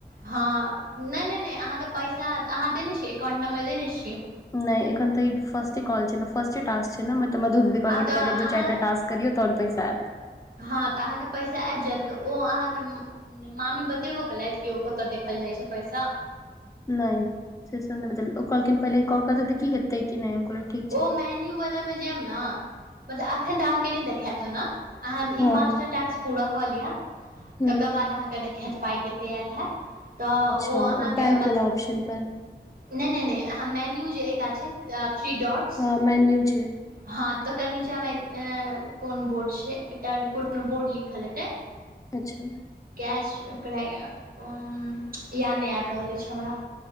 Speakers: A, on the right; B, on the left.
A: हँ नहि नहि नहि अहाँके पैसा अहाँ देने छियै अकाउंट नंबर देने छियै?
B: नहि एखन तऽ ई फस्टे कॉल छै ने फस्टे टास्क छै। एना में त मधु दीदी
A: अहाँ
B: कहलखिन
A: तऽ अहाँ
B: पहिले दू चारि टा टास्क करियौ तहन पैसा आयत।
A: हँ तऽ अहाँके पैसा आबि जायत तऽ ओ अहाँके म मामी बतेबो केलैथ कि ओ कतऽ देखल जाइ छै पैसा।
B: नहि से सब नहि बतेल ओ कहलखिन पहिले कऽक त देखही हेतै की नहि। ठीक छै
A: ओ मेन्यू वला मे जायब ने मतलब अखन तऽ अहाँके नहि देखायत ओना अहां
B: हँ
A: ई पांच टा टास्क पूरा क लिय तकर
B: हूँ
A: बाद बाद अहाॅंके देखैत पाई केते आयल है त
B: अच्छा
A: ओ आहां
B: बैंक
A: के मत
B: वाला ऑप्शन पर
A: नहि नहि नहि मेन्यू जे ओ कात छै थ्री डोट
B: हँ मेन्यू छै।
A: हँ तकर नीचा मे ऐ कोन बोर्ड छै एकटा कोनो बोर्ड लिखल हेतै
B: अच्छा
A: कैश कर इहै याद नहि आबि रहल अछि हमरा